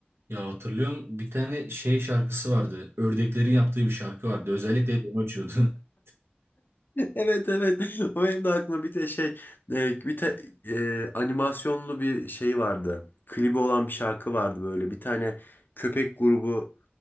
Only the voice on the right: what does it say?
Ya hatırlıyorum bir tane şey şarkısı vardı. Ördeklerin yaptığı bir şarkı vardı. Özellikle hep onu açıyordu. <laughs>